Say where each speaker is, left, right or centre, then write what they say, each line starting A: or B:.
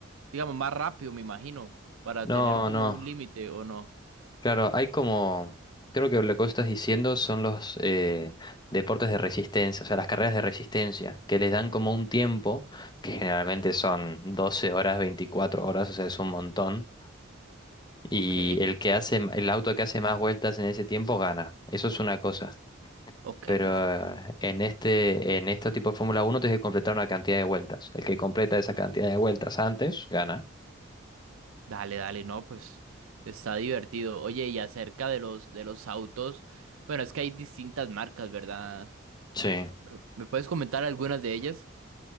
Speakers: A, on the right; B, on the left.
A: digamos, más rápido, me imagino, para
B: No,
A: tener como
B: no.
A: un límite o no.
B: Claro, hay como... Creo que lo que vos estás diciendo son los eh, deportes de resistencia, o sea, las carreras de resistencia, que les dan como un tiempo, que generalmente son 12 horas, 24 horas, o sea, es un montón, y
A: Ok,
B: el que hace, el auto que hace más vueltas en ese tiempo gana. Eso es una cosa.
A: ok,
B: Pero
A: perfecto.
B: eh, en este, en estos tipos de Fórmula Uno tienes que completar una cantidad de vueltas. El que completa esa cantidad de vueltas antes, gana.
A: Dale, dale, no, pues está divertido. Oye, y acerca de los de los autos, bueno, es que hay distintas marcas, ¿verdad?
B: Sí.
A: ¿Me me puedes comentar algunas de ellas?